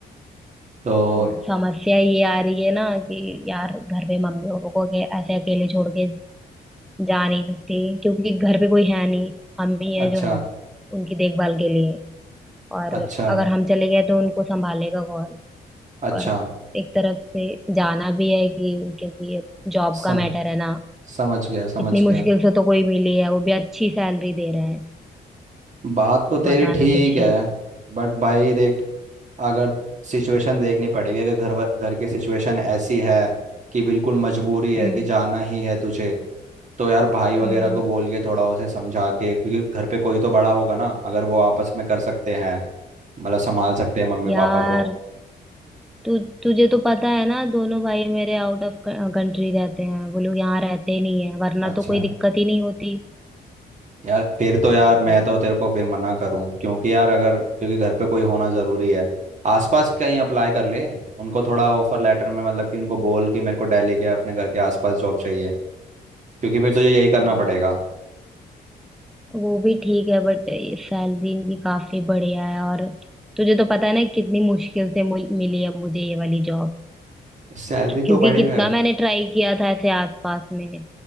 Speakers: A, on the right; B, in the centre.
A: तो
B: तो समस्या ये आ रही है ना कि यार घर पे मम्मी पापा को अके- ऐसे अकेले छोड़ के जा नहीं सकती क्योंकि घर पे कोई है नहीं हम ही है
A: अच्छा
B: जो है उनकी देखभाल के लिए और
A: अच्छा
B: अगर हम चले गए तो उनको संभालेगा कौन
A: अच्छा
B: और एक तरफ से जाना भी है कि क्योंकि जॉब
A: सम,
B: का मैटर है ना
A: समझ गया समझ
B: इतनी मुश्किल
A: गया
B: से तो कोई मिली है वो भी अच्छी सैलरी दे रहे हैं
A: बात
B: तो
A: तो तेरी
B: बताना
A: ठीक
B: कुछ
A: है
B: हेल्प कर
A: बट भाई देख अगर सिचुएशन देखनी पड़ेगी अगर घर वा- घर की सिचुएशन ऐसी है कि बिल्कुल मजबूरी है
B: हम्म
A: कि जाना ही है तुझे तो यार भाई वगैरह
B: हम्म
A: को बोल के थोड़ा उसे समझा के क्योंकि घर पे कोई तो बड़ा होगा ना अगर वो आपस में कर सकते हैं मतलब संभाल सकते हैं मम्मी
B: यार
A: पापा को
B: तु, तुझे तो पता है ना दोनों भाई मेरे आउट ऑफ कंट्री रहते हैं वो लोग यहाँ रहते ही नहीं है वरना
A: अच्छा
B: तो कोई दिक्कत ही नहीं होती
A: यार फिर तो
B: हाँ
A: यार मैं तो तेरे को फिर मना करूं क्योंकि यार अगर क्योंकि घर पे कोई होना ज़रूरी है आसपास कहीं अप्लाई कर ले उनको थोड़ा ऑफर लेटर में मतलब कि उनको बोल कि मेरे को दिल्ली के अपने घर के आसपास जॉब चाहिए क्योंकि फिर तुझे यही करना
B: बा,
A: पड़ेगा
B: वो भी ठीक है बट सैलरी इनकी काफी बढ़िया है और तुझे तो पता है ना कितनी मुश्किल से मिल- मिली है मुझे ये वाली जॉब
A: सैलरी
B: क्योंकि
A: तो बढ़िया
B: कितना
A: है
B: मैंने ट्राई किया था ऐसे आसपास में